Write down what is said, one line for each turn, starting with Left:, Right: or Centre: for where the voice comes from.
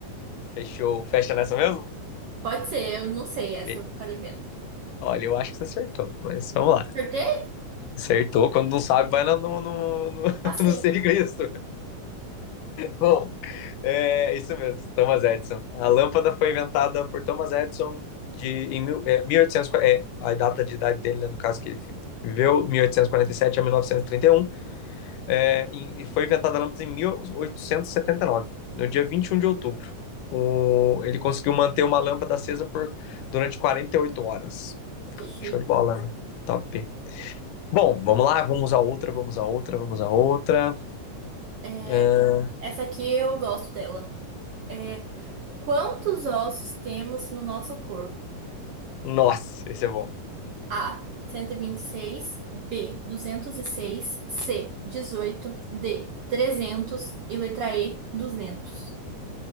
Left: fechou, fecha nessa mesmo?
Right: pode ser, eu não sei essa,
Left: Be-
Right: eu vou ficar devendo.
Left: Olha, eu acho que você acertou, mas vamos lá.
Right: Acertei?
Left: Acertou, quando não sabe, vai lá no, no, no,
Right: Nasci.
Left: <laughs> no serviço. Bom, é isso mesmo, Thomas Edison. A lâmpada foi inventada por Thomas Edison de, em mil- é, mil e oitocentos é, a data de idade dele, né, no caso que ele fi- viveu, 1847 a mil novecentos e e trinta e um é, e foi inventada a lâmpada em mil oitocentos e e setenta e nove, no dia 21 de outubro. O- ele conseguiu manter uma lâmpada acesa por, durante 48 horas.
Right: Que chique.
Left: Show de bola, né? Top. Bom, vamos lá, vamos a outra, vamos a outra, vamos a outra.
Right: É,
Left: É,
Right: Essa aqui eu gosto dela. É, quantos ossos temos no nosso corpo?
Left: Nossa, esse é bom.
Right: A. cento e e vinte e seis B. duzentos e seis C. dezoito D. trezentos E letra E. duzentos